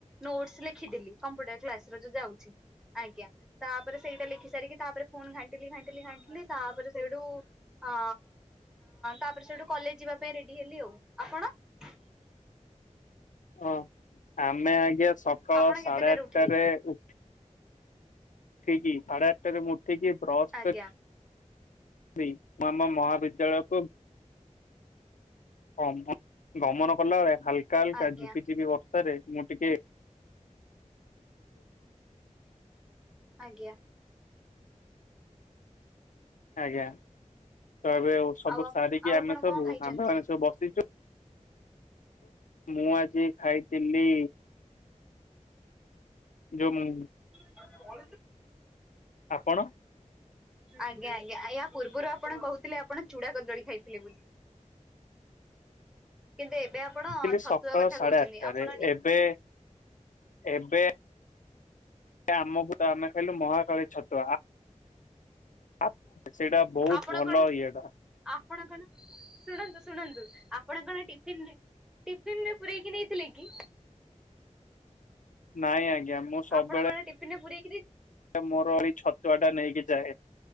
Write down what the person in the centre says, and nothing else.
ନୋଟସ୍ ଲେଖିଦେଲି। କମ୍ପ୍ୟୁଟର୍ କ୍ଲାସ୍ ଏଥର ଯାଉଚି ଆଜ୍ଞା ତାପରେ ସେଇଟା ଲେଖି ସାରିକି ତାପରେ ପୁଣି ଘାଣ୍ଟିଲି ଘାଣ୍ଟିଲି ଘାଣ୍ଟିଲି ତାପରେ ସେଇଠୁ ଅ ତାପରେ ସେଠୁ କଲେଜ ଯିବା ପାଇଁ ରେଡି ହେଲି ଆଉ। ଆପଣ? <inaudible>
ଆପଣ
କେତେଟାରେ
ଉଠିଲେ
ଆଜ୍ଞା
ଆଜ୍ଞା
ଆଜ୍ଞା।
ଆଉ ଆଉ
ଆପଣ
କଣ ଖାଇଛନ୍ତି?
ଆଜ୍ଞା
ଆଜ୍ଞା ୟା ପୂର୍ବରୁ ଆପଣ କହୁଥିଲେ ଆପଣ ଚୁଡା କଦଳୀ ଖାଇଥିଲେ ବୋଲି। କିନ୍ତୁ ଏବେ ଆପଣ
ଛତୁଆ
କଥା
କହୁଛନ୍ତି
ଆପଣ ଟି
ଆପଣ
କଣ
ଆପଣ କଣ ଶୁଣନ୍ତୁ ଶୁଣନ୍ତୁ ଆପଣ କଣ ଟିଫିନ ନେ ଟିଫିନ ରେ ପୁରେଇକି ନେଇଥିଲେ କି?
ଆପଣ କଣ ଟିଫିନରେ ପୁରେ